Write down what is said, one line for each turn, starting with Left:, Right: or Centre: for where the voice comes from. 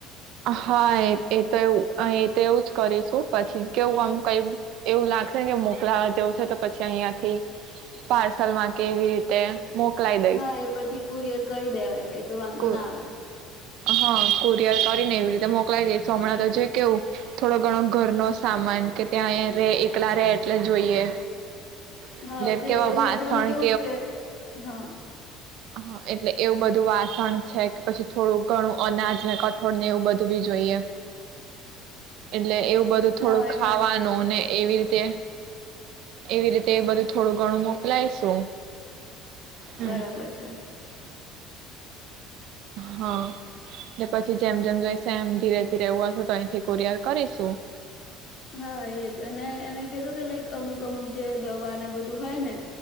Right: હા એ તો એવ એ તો એવું જ કરીશું પછી કેવું આમ કઈ એવું લાગશે ને કે મોકલાવા જેવું છે તો પછી અહિયાયાથી, પાર્સલ માં કેવી રીતે. મોકલાઈ
Left: હા એ પરથી કુરિયર કહી દેવાય. તો વાંધો
Right: કો
Left: ના આવે.
Right: હા કુરિયર કરીને એવી રીતે મોકલાઈ દઈશો હમણાં તો જે કેવું, થોડો ઘણો ઘર ન સામાન કે ત્યાં રે એકલા રે એટલે જોઈએ. એટલે
Left: હા જે
Right: કેવા
Left: બધું
Right: વાસણ
Left: એકદમ કેવું કે હા.
Right: હ એટલે એવું બધું વાસણ છે કે પછી થોડું ઘણું અનાજ ને કઠોળ ને એવું બધું બી જોઈએ, એટલે એવું બધું થોડું
Left: હા એ
Right: ખાવાનું
Left: જ.
Right: ને એવી રીતે, એવી રીતે બધું થોડું ઘણું મોકલાયશું. હમ
Left: બરાબર છે.
Right: હા, ને પછી જેમ જેમ જઈશ એમ તી રેહતી રેહવું હશે તો અયથી કુરયર કરીશું.
Left: હા, એજ અને એને કેજો કે લાઈક અમુક અમુક જે દવાને બધું હોય ને